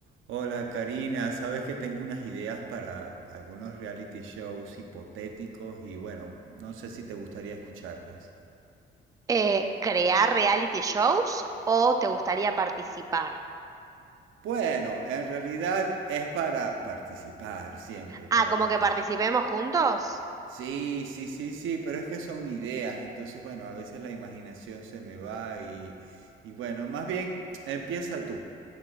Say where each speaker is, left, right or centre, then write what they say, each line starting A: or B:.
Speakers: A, on the right; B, on the right.
A: Hola Karina, sabes que tengo unas ideas para algunos reality shows hipotéticos y bueno, no sé si te gustaría escucharlas.
B: Eh, ¿crear reality shows o te
A: Ah,
B: gustaría participar?
A: Bueno, en realidad es para participar siempre, para
B: Ah, como
A: participar.
B: que participemos juntos.
A: Sí, sí, sí, sí, pero es que son ideas, entonces bueno, a veces la imaginación se me va y, y bueno, más bien <tsk> empieza tú.